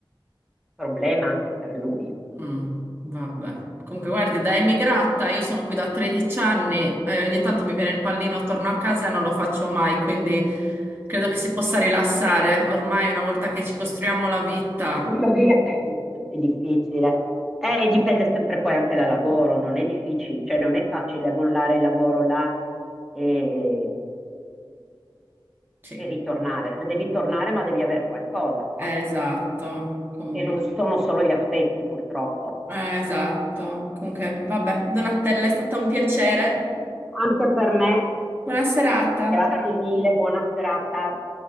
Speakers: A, in the centre; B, on the right (about 25°).
A: problema anche per lui.
B: mm, vabbè. Comunque, guardi, da emigrata, io sono qui da 13 anni e ogni tanto mi viene il pallino, torno a casa e non lo faccio mai, quindi credo che si possa rilassare. Ormai, una volta che ci costruiamo la vita,
A: Capito? Perché È difficile. Eh, dipende sempre poi anche dal lavoro, non è difficile, cioè non è facile mollare il lavoro là e,
B: sì,
A: e ritornare. Se devi tornare, ma devi avere qualcosa qua,
B: eh, esatto. Comunque,
A: che non sono solo gli affetti, purtroppo.
B: eh, esatto. Comunque, vabbè, Donatella, è stato un piacere.
A: Anche per me,
B: Buona serata.
A: grazie mille, buona serata.